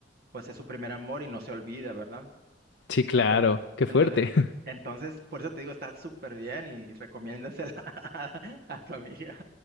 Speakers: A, on the right (about 55°); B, on the left (about 70°).
A: pues es su primer amor y no se olvida, ¿verdad?
B: Sí, claro.
A: Entonces,
B: Qué fuerte.
A: entonces,
B: <laughs>
A: entonces, por eso te digo, está súper bien y recomiéndasela <laughs> a, a tu amiga,